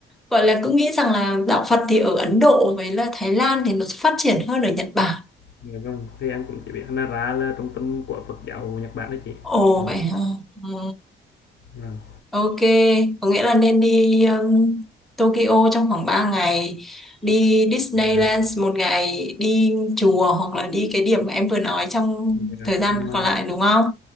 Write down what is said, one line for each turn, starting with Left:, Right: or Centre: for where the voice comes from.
Centre: gọi là cứ nghĩ rằng là đạo Phật thì ở Ấn Độ với là Thái Lan thì nó phát triển hơn ở Nhật Bản.
Left: Dạ vâng, thì em cũng chỉ biết Nara là trung tâm của Phật giáo Nhật Bản đó chị.
Centre: Ồ
Left: Vâng,
Centre: vậy hả? Ừ.
Left: vâng.
Centre: Ok, có nghĩa là nên đi um, Tokyo trong khoảng 3 ngày, đi Disneyland
Left: Dạ,
Centre: một ngày, đi chùa hoặc là đi cái điểm mà em vừa nói trong
Left: dạ.
Centre: thời gian
Left: Ngoài
Centre: còn lại đúng không?